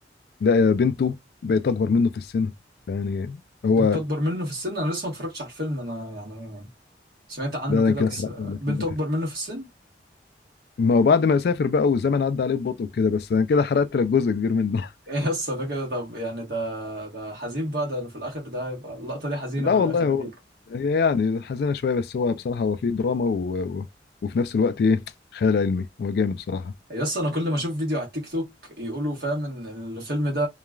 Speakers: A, on the left; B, on the right.
A: ده بنته بقت اكبر منه في السن يعني هو
B: بنت اكبر منه في السن انا لسه ما اتفرجتش على الفيلم انا يعني سمعت عنه
A: ده انا
B: كده
A: كده
B: بس
A: حرقت
B: آه،
A: لك
B: بنت
A: للاسف
B: اكبر منه في السن
A: ما هو بعد ما سافر بقى والزمن عدى عليه ببطء وكده بس انا كده حرقت لك جزء كبير منه
B: ايه قصة ده كده طب يعني ده ده حزين بقى ده في الاخر ده هيبقى اللقطة
A: <laughs>
B: دي حزينة
A: لا
B: في
A: والله
B: الاخر
A: هو
B: اكيد
A: هي يعني حزينه شويه بس هو بصراحه هو فيه دراما و... و... وفي نفس الوقت ايه خيال علمي هو جامد بصراحه
B: يس انا كل ما اشوف فيديو على التيك توك يقولوا فاهم ان الفيلم ده